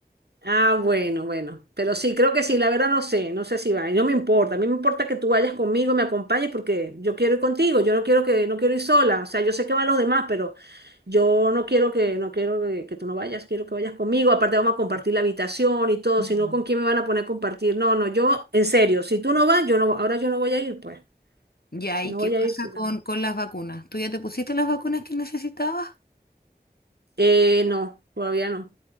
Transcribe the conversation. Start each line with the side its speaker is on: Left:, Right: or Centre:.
Right: Ah, bueno, bueno, pero sí, creo que sí, la verdad no sé, no sé si va, y no me importa, a mí me importa que tú vayas conmigo, me acompañes porque yo quiero ir contigo, yo no quiero que, no quiero ir sola, o sea, yo sé que van los demás, pero yo no quiero que, no quiero que, que tú no vayas, quiero que vayas conmigo, aparte vamos a compartir la habitación y todo,
Left: Mm.
Right: si no, ¿con
Left: <laughs>
Right: quién me van a poner a compartir? No, no, yo, en serio, si tú no vas, yo no, ahora yo no voy a ir, pues,
Left: Ya,
Right: no
Left: ¿y qué
Right: voy
Left: pasa
Right: a ir si
Left: con,
Right: tú no vas.
Left: con las vacunas? ¿Tú ya te pusiste las vacunas que necesitabas?
Right: Eh, no, todavía no,